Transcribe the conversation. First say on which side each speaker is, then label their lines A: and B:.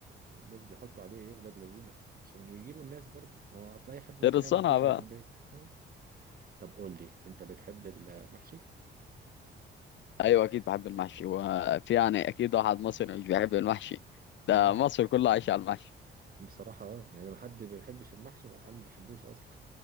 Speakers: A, on the right; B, on the left.
A: الناس بيحطوا عليه ايه ولاد لذينه عشان يجيبوا الناس برضه ما هو اصل اي حد ممكن
B: غير الصنعة
A: يعمل كشري
B: بقى
A: في البيت اه طب قول لي انت بتحب المحشي
B: ايوه اكيد بحب المحشي وفي يعني اكيد واحد مصري مش بيحب المحشي
A: لا
B: ده مصر كلها عايشه على المحشي
A: بصراحة اه يعني ما حد ما بيحبش المحشي انا ما بحبوش اصلا